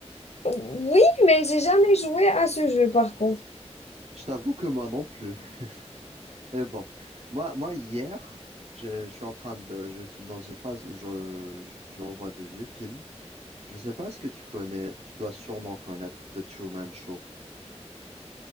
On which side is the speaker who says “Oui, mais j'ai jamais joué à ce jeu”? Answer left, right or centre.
Left